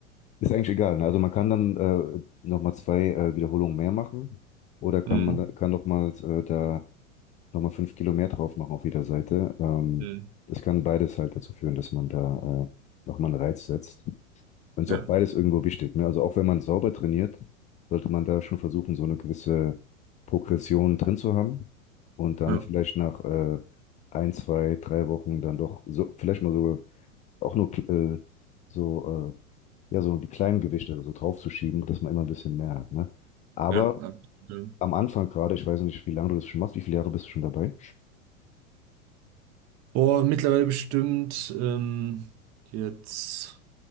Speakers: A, on the left; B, on the right.
A: ist eigentlich egal. Ne? Also man kann dann äh, nochmal zwei äh, Wiederholungen mehr machen oder kann
B: Mhm.
A: man da- kann nochmal äh, da nochmal fünf Kilo mehr drauf machen auf jeder Seite. Ähm,
B: Mhm.
A: das kann beides halt dazu führen, dass man da äh, nochmal einen Reiz setzt. Und ist
B: Ja,
A: auch beides irgendwo wichtig, ne? Also auch wenn man sauber trainiert, sollte man da schon versuchen, so eine gewisse Progression drin zu haben und dann
B: ja,
A: vielleicht nach äh, ein, zwei, drei Wochen dann doch so vielleicht mal so auch nur äh, so äh, ja so die kleinen Gewichte so draufzuschieben, dass man immer ein bisschen mehr hat, ne? Aber
B: ja, absolut.
A: am Anfang gerade, ich weiß nicht, wie lange du das schon machst, wie viele Jahre bist du schon dabei?
B: Boah, mittlerweile bestimmt ähm, jetzt